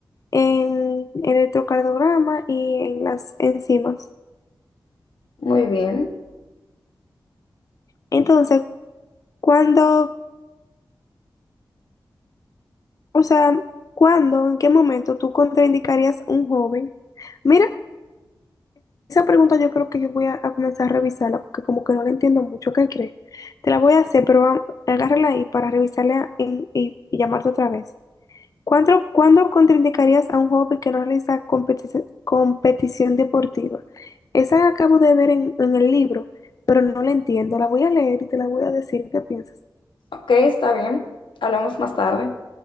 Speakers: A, on the left (about 45°); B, on the left (about 80°).
A: en, el electrocardiograma y en las enzimas.
B: muy bien.
A: Entonces, cuando, o sea, ¿cuándo, en qué momento tú contraindicarías un joven? Mira Esa pregunta yo creo que yo voy a, a comenzar a revisarla porque como que no la entiendo mucho. ¿Qué crees? Te la voy a hacer, pero vamos, agárrala ahí para revisarla en- y, y llamarte otra vez. ¿Cuándo, cuándo contraindicarías a un joven que no realiza competici- competición deportiva? Esa la acabo de ver en, en el libro, pero no la entiendo. La voy a leer y te la voy a decir qué piensas.
B: Ok, está bien. Hablamos más tarde.